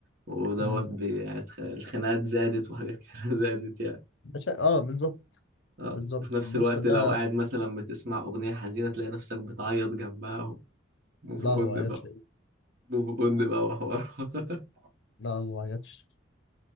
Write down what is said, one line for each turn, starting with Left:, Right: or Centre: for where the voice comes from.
Right: ودوت
Left: أمم.
Right: بي- يعني اتخ- الخناقات زادت وحاجات <laughs> كتير زادت يعني
Left: أنا شا- اه بالظبط
Right: آه
Left: بالظبط
Right: وفي نفس
Left: الناس
Right: الوقت
Left: كلها
Right: لو قاعد مثلا بتسمع أغنية حزينة تلاقي نفسك بتعيط جنبها موف
Left: لا
Right: أون
Left: ما وعيتش
Right: بقى موف أون بقى وحوار <laughs>
Left: لا ما وعيتش